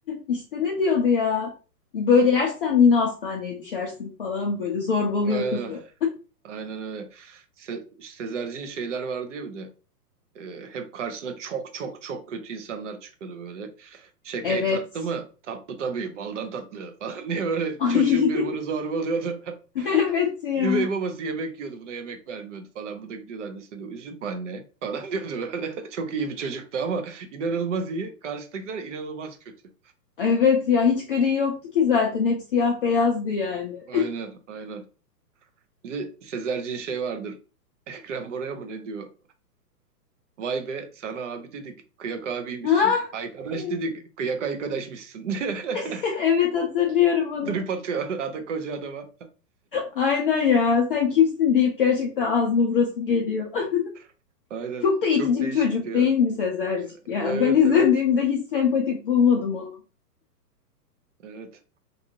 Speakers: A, on the left (about 35°); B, on the right (about 50°).
A: İşte ne diyordu ya? Böyle yersen yine hastaneye düşersin falan böyle zorbalıyor
B: Aynen.
A: kızı.
B: Aynen öyle. Se Sezerci'nin şeyler vardı ya bir de. Ee, hep karşısına çok çok çok kötü insanlar çıkıyordu böyle. Şeker
A: Evet.
B: tatlı mı? Tatlı tabii. Baldan tatlı falan <laughs> diye böyle
A: <laughs> Ay,
B: çocuğun biri bunu
A: <laughs>
B: zorbalıyordu. <laughs>
A: evet ya.
B: Üvey babası yemek yiyordu buna yemek vermiyordu falan. Bu da gidiyordu annesine diyor üzülme anne falan <laughs> diyordu böyle. Çok iyi bir çocuktu ama inanılmaz iyi. Karşıdakiler inanılmaz kötü.
A: Evet ya hiç gri yoktu ki zaten. Hep siyah beyazdı yani.
B: Aynen
A: <laughs>
B: aynen. Bir de Sezerci'nin şey vardır. <laughs> Ekrem Bora'ya mı ne diyor? Vay be sana abi dedik kıyak abiymişsin.
A: Ha
B: Arkadaş
A: evet,
B: dedik kıyak arkadaşmışsın. <laughs>
A: <laughs> evet hatırlıyorum onu.
B: Trip atıyor adam koca adama.
A: Aynen ya. Sen kimsin deyip gerçekten ağzına burası geliyor. <laughs>
B: <laughs> Aynen.
A: Çok da itici
B: Çok değişikti
A: bir çocuk
B: ya.
A: değil mi Sezercik ya?
B: Evet
A: Ben izlediğimde
B: evet.
A: hiç sempatik bulmadım onu.
B: Evet.